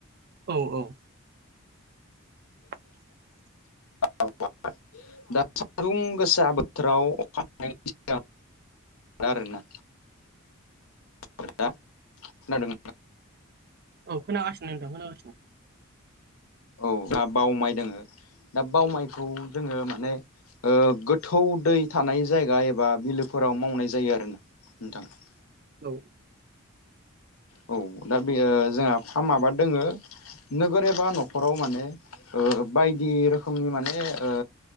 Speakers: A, on the right; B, on the left.
A: औ औ <inaudible>
B: <unintelligible> दा सान्दुं गोसा बोथोराव अखा हानायनि सिगां दा आरोना <unintelligible> खोनादों
A: औ खोनागासिनो नोंथां खोनागासिनो
B: औ जाहा बाव माइ दोङो दा बाव माइखौ जोङो माने ओ गोथौ दै थानाय जायगा एबा बिलोफोराव मावनाय जायो आरो ना नोंथां
A: औ
B: औ दा बेयो जोंहा फार्मा आबाद दोङो नोगोर एबा न'खराव माने ओ बायदि रोखोमनि माने ओ